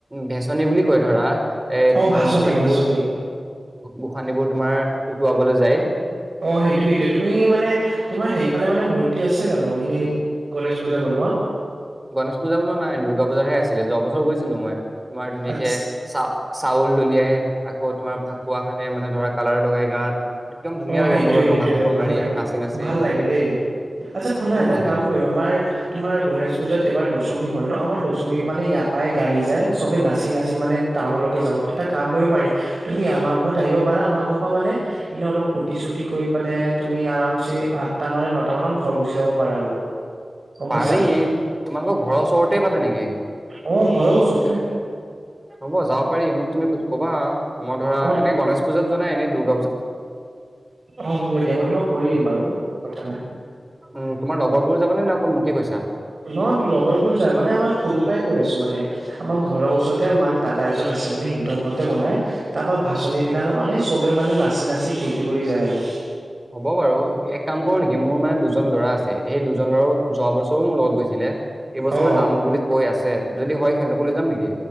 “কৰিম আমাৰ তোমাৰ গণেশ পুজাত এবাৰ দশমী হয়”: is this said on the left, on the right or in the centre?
Right